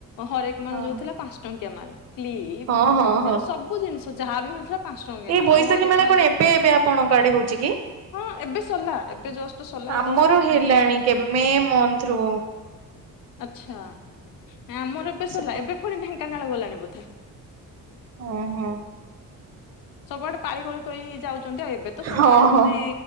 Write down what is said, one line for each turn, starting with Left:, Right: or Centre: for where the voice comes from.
Left: ହରେ ମାଲ
Right: ହଁ
Left: ଯାଉ ଥିଲା ପାଞ୍ଚ ଟଙ୍କିଆ ମାଲ କ୍ଲିପ
Right: ହଁ ହଁ ହଁ।
Left: ଏର ସବୁ ଜିନିଷ ଯାହାବ ମିଳୁଥିଲା ପାଞ୍ଚ ଟଙ୍କିଆ
Right: ଏଇ
Left: ମାଲ
Right: ବୈଶାଖୀ
Left: ଆଉ ହରେକ
Right: ମେଳା
Left: ମାଲ
Right: କଣ
Left: ତ
Right: ଏବେ ଏବେ ଆପଣଙ୍କ ଆଡେ ହୋଉଚି କି।
Left: ହଁ ଏବେ ସରିଲା ଏବେ ଜଷ୍ଟ ସରିଲା ଏଇ
Right: ଆମର
Left: ଦଶ
Right: ହେଲାଣି
Left: ଦିନ
Right: କେବେ ମେ ମନ୍ଥରୁ।
Left: ଆଛା ନାଇ ଆମର ଏବେ
Right: ସେପ
Left: ସରିଲା ଏବେ ପୁଣି ଢେଙ୍କାନାଳ ଗଲାଣି ବୋଧେ।
Right: ଓହୋ।
Left: ସବୁଆଡେ ପାଳି କରି କରି ଯାଉଚନ୍ତି ଆଉ ଏବେ ତ ସବୁଆଡେ
Right: ହଁ
Left: ଯେମିତି
Right: ହଁ